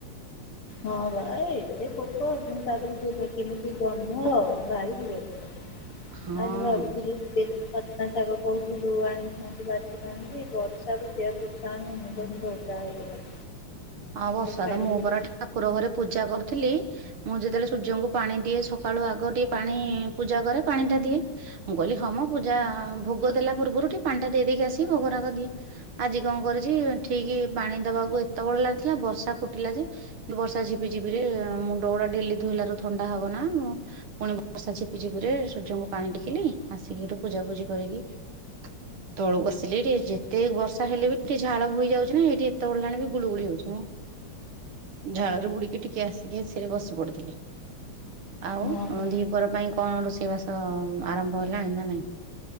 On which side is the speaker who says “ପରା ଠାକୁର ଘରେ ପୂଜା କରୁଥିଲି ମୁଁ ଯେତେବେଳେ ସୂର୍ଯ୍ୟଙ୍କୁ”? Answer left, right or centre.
Right